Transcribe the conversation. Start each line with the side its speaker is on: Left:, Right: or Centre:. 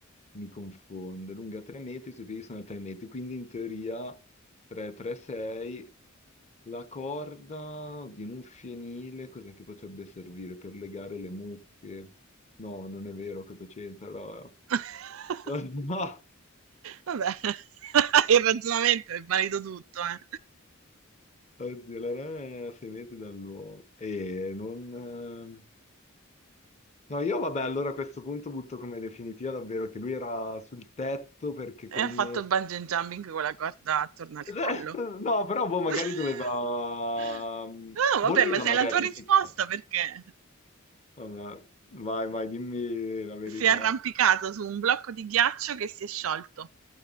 Left: mi confonde. Lunga 3 metri, sui piedi sono 3 metri, quindi in teoria 3, 3, 6. La corda di un fienile, cos'è che potrebbe servire per legare le mucche? No, non è vero, cosa c'entra? <laughs> La-
Right: <laughs>
Left: la- No!
Right: Vabbè, <laughs> il ragionamento è valido tutto, eh.
Left: Oddio, la rana è a 6 metri dall'uomo. E non... No, io vabbè, allora a questo punto butto come definitiva davvero che lui era sul tetto perché
Right: E
Left: con...
Right: ha fatto il bungee
Left: <laughs>
Right: jumping con la corda attorno al
Left: No,
Right: collo.
Left: però boh, magari
Right: <laughs>
Left: doveva... mm,
Right: No,
Left: Voleva
Right: vabbè, ma sei
Left: magari
Right: la tua risposta
Left: impiccare.
Right: perché?
Left: Vabbè, vai, vai, dimmi la verità.
Right: Si è arrampicato su un blocco di ghiaccio che si è sciolto.